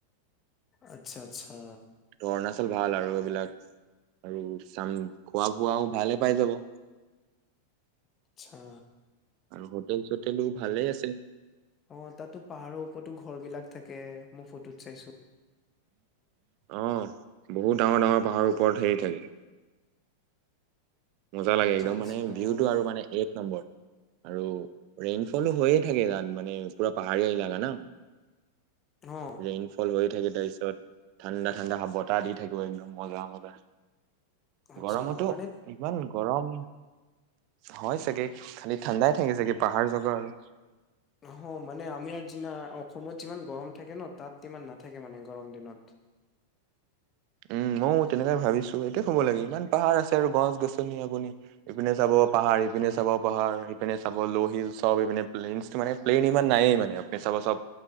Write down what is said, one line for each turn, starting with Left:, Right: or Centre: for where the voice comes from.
Left: আচ্ছা আচ্ছা
Right: ত অৰুণাচল ভাল আৰু এইবিলাক আৰু চাম খোৱা বোৱাও ভালে পাই যাব
Left: আটছা
Right: আৰু হোটেল চোটেলো ভালেই আছে
Left: অ তাতো পাহাৰৰ ওপৰতো ঘৰ বিলাক থাকে মোৰ ফটোত চাইছো
Right: অ বহুত ডাঙৰ ডাঙৰ পাহাৰৰ ওপৰত হেৰি থাকে মজা লাগে
Left: আচ্ছা
Right: একদম
Left: আচ্ছা
Right: মানে ভিউটো আৰু মানে এক এক নম্বৰ আৰু ৰেইন ফলো হৈয়ে থাকে তাত মানে পুৰা পাহাৰীয়া এলেকা ন
Left: অ
Right: ৰেইনফল হৈ থাকে তাৰপিছত ঠাণ্ডা ঠাণ্ডা বতাহ দি থাকিব একদম মজা মজা
Left: আচ্ছা
Right: গৰমতো
Left: মানে
Right: ইমান গৰম হয় চাগে খালি ঠাণ্ডাই থাকে চাগে পাহাৰ জেগা আৰু
Left: নহয় মানে আমি আগ দিনা অসমত যিমান গৰম থাকে ন তাত সিমান নাথাকে মানে গৰম দিনত
Right: উম ময়ো তেনেকে ভাবিছো এইটো হ'ব লাগে ইমান পাহাৰ আছে আৰু গছ গছনি আপুনি ইপিনে চাব পাহাৰ ইপিনে চাব পাহাৰ ইপিনে চাব ল'হিল চব ইপিনে প্লেইন মানে প্লেইন ইমান নায়েই মানে আপুনি চাব চব